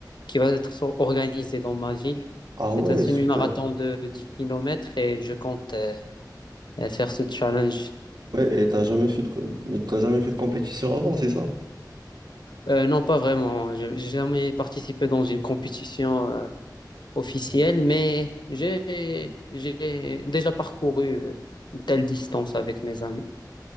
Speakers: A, on the left (about 80°); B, on the right (about 65°).
A: qui va être so- organisé dans ma ville.
B: Ah
A: C'est
B: ouais,
A: un semi-marathon
B: super.
A: de 10 kilomètres et je compte euh, euh, faire ce challenge.
B: Ouais, et t'as jamais fait de, co- t'as jamais fait de compétition avant, c'est ça?
A: Euh, non, pas vraiment. J'ai j'ai jamais participé dans une compétition euh, officielle, mais j'ai j'ai déjà parcouru euh, une telle distance avec mes amis.